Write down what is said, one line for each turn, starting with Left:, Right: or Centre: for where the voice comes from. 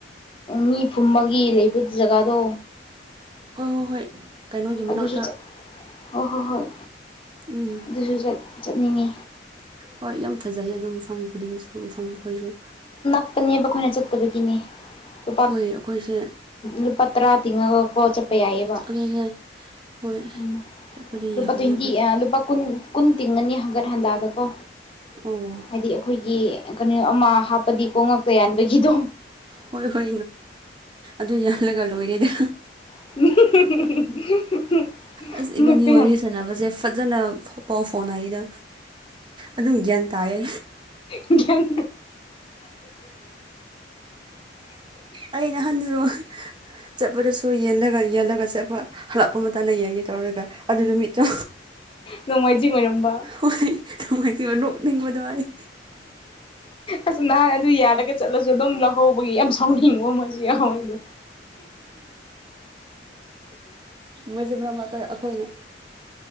Left: ꯃꯤ ꯐꯨꯝꯕꯒꯤ ꯂꯩꯕ ꯖꯒꯥꯗꯣ
Right: ꯍꯣꯏ ꯍꯣꯏ ꯍꯣꯏ ꯀꯩꯅꯣꯒꯤ ꯃꯅꯥꯛꯇ
Left: ꯑꯗꯨꯁꯨ ꯆꯠ ꯍꯣꯏ ꯍꯣꯏ ꯍꯣꯏ
Right: ꯎꯝ
Left: ꯑꯗꯨꯁꯨ ꯆꯠꯅꯤꯡꯉꯤ
Right: ꯍꯣꯏ ꯌꯥꯝ ꯐꯖꯩ ꯑꯗꯨ ꯃꯐꯝ ꯈꯨꯗꯤꯡꯁꯨ ꯃꯐꯝ ꯑꫭꯏꯁꯨ
Left: ꯄꯅꯦꯛꯕ ꯑꯩꯈꯣꯏꯅ ꯆꯠꯇꯕꯒꯤꯅꯦ ꯂꯨꯄꯥ
Right: ꯍꯣꯏ ꯑꯩꯈꯣꯏꯁꯦ
Left: ꯂꯨꯄꯥꯇꯔ ꯇꯤꯡꯉꯒꯥ ꯀꫭ ꯆꯠ ꯌꯥꯏꯌꯦꯕ
Right: ꯑꯗꯨꯅꯦ ꯍꯣꯏ
Left: ꯎꯝ
Right: ꯆꯠꯄꯗꯤ
Left: ꯂꯨꯄꯥ
Right: ꯌꯥꯕꯅꯦ
Left: ꯇ꯭ꯋꯦꯟꯇꯤ
Right: ꯑꯩꯈꯣꯏꯁꯦ
Left: ꯂꯨꯄꯥ ꯀꯨꯟ ꯀꯨꯟ ꯇꯤꯡꯉꯅꯤ ꯍꯪꯒꯠ ꯍꯟꯗꯥꯗꯀꯣ
Right: ꯎꯝ
Left: ꯍꯥꯏꯗꯤ ꯑꯩꯈꯣꯏꯒꯤ ꯀꯩꯅꯣ ꯑꯃ ꯍꯥꯞꯄꯗꯤꯀꯣ ꯉꯛꯇ ꯌꯥꯟꯕꯒꯤꯗꯣ
Right: ꯍꯣꯏ ꯍꯣꯏ ꯑꯗꯨ ꯌꯥꯜꯂꯒ ꯂꯣꯏꯔꯦꯗ
Left: <unintelligible>
Right: ꯑꯁ
Left: ꯉꯛꯇ
Right: ꯏꯕꯅꯤ ꯋꯥꯔꯤ ꯁꯅꯕꯁꯦ ꯐꯖꯅ ꯄꯥꯎ ꯐꯥꯎꯅꯩꯗ ꯑꯗꯨꯝ ꯒ꯭ꯌꯥꯟ ꯇꯥꯏꯌꯦ
Left: ꯒꯌ꯭ꯥꯟ
Right: ꯑꯩ ꯅꯍꯥꯟꯁꯨ ꯆꯠꯄꯗꯁꯨ ꯌꯦꯡꯉꯒ ꯌꯦꯡꯉꯒ ꯆꯠꯄ ꯍꯜꯂꯛꯄ ꯃꯇꯝꯗ ꯌꯦꯡꯉꯦ ꯇꯧꯔꯒ ꯑꯗꯨ ꯅꯨꯃꯤꯠꯇꯣ
Left: ꯅꯣꯡꯃꯥꯏꯖꯤꯡ ꯑꯣꯏꯔꯝꯕ
Right: ꯍꯣꯏ ꯅꯣꯡꯃꯥꯏꯖꯤꯡ ꯑꯣꯏꯔꯝꯕ ꯅꯣꯛꯅꯤꯡꯕꯗꯣ ꯑꯩ
Left: ꯑꯁ ꯅꯍꯥꯟ ꯑꯗꯨ ꯌꯥꯜꯂꯒ ꯆꯠꯂꯁꯨ ꯑꯗꯨꯝ ꯂꯧꯍꯧꯕꯒꯤ ꯌꯥꯝ ꯁꯥꯎꯅꯩ ꯑꯃ ꯌꯥꯎꯌꯦ
Right: ꯃꯣꯏꯁꯦ ꯃꯔꯛ ꯃꯔꯛꯇ ꯑꯩꯈꯣꯏꯅ